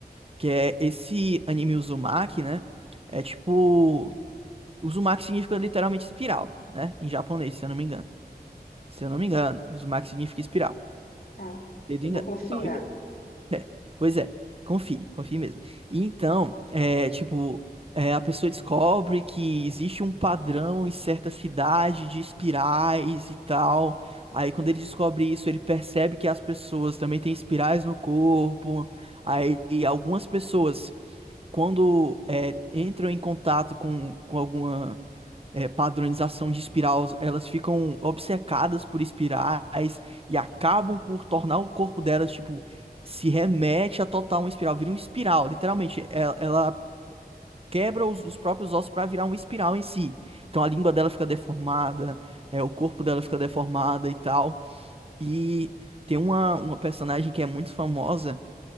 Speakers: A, on the right (about 35°); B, on the left (about 60°).
A: Que é esse anime Uzumaki, né? É tipo. Uzumaki significa literalmente espiral, né? Em japonês, se eu não me engano. Se eu não me engano, Uzumaki significa espiral.
B: tá.
A: Dedo
B: Eu
A: engano,
B: vou confiar.
A: salvo É, pois é, confie, confie mesmo. E então, é, tipo, é, a pessoa descobre que existe um padrão em certa cidade de espirais e tal. Aí, quando ele descobre isso, ele percebe que as pessoas também têm espirais no corpo. Aí, e algumas pessoas, quando é, entram em contato com, com alguma é, padronização de espiral, elas ficam obcecadas por espirais e acabam por tornar o corpo delas, tipo, se remete a total uma espiral, vira uma espiral, literalmente. Ela, ela quebra os, os próprios ossos para virar uma espiral em si. Então a língua dela fica deformada, é, o corpo dela fica deformada e tal. E tem uma, uma personagem que é muito famosa